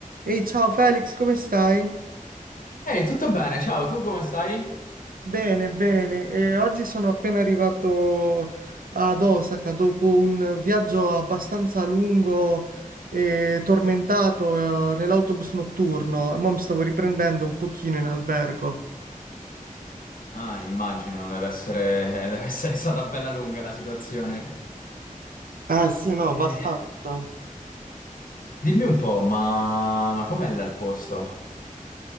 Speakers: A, on the right; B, on the left.
A: Ehi, ciao Felix, come stai?
B: Ehi, tutto bene? Ciao, tu come stai?
A: Bene, bene. Eh, oggi sono appena arrivato ad Osaka dopo un viaggio abbastanza lungo e tormentato, eh, nell'autobus notturno. Mo' mi stavo riprendendo un pochino in albergo.
B: Ah, immagino, deve essere, eh, deve essere stata bella lunga la situazione.
A: Eh sì, no, abbastanza.
B: Eh, dimmi un po', ma, ma com'è là il posto?